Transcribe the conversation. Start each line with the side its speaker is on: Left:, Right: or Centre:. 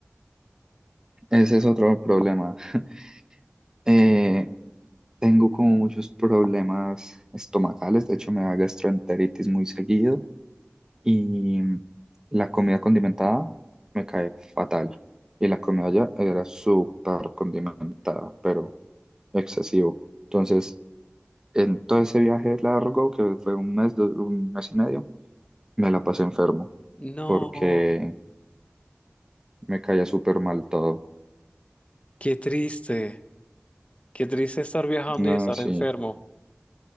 Right: Ese es otro problema. <laughs> Eh, tengo como muchos problemas estomacales, de hecho me da gastroenteritis muy seguido y la comida condimentada me cae fatal. Y la comida allá era súper condimentada, pero excesivo. Entonces, en todo ese viaje largo, que fue un mes, do- un mes y medio, me la pasé enfermo
Left: No,
Right: porque me caía súper mal todo.
Left: qué triste. Qué triste estar viajando
Right: No,
Left: y estar
Right: sí.
Left: enfermo.